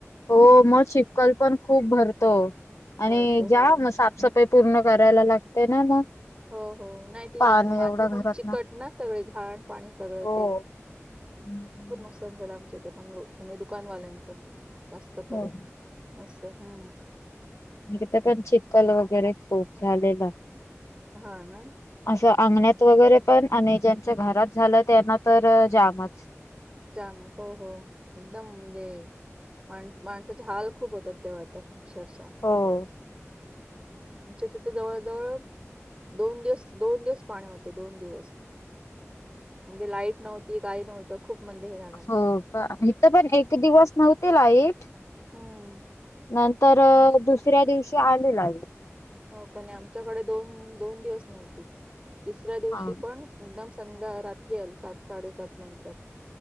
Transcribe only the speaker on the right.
भरतो
हो.
हो हो. नाही ती
आणि माती
पण चिकट ना. सगळे घाण पाणी सगळं
ते
ज लामख ते बंगलोर, म्हणजे दुकानवाल्यांचं जास्त करून
असं हा.
हा
ना.
एकदम
जामच हो हो एकदम म्हणजे माण माणसाचे हाल खूप होतात तेव्हा तर. अक्षरशा.
<inaudible> आमच्या तिथे जवळ-जवळ दोन दिवस, दोन दिवस पाणी होतं दोन दिवस. म्हणजे लाईट नव्हती, काही नव्हतं खूप म्हणजे हे झाल
हम्म
होका नाही आमच्याकडे दोन-दोन दिवस नव्हते तिसऱ्या दिवशी
पण एकदम संध्या रात्री आल सात-साडेसात नंतर.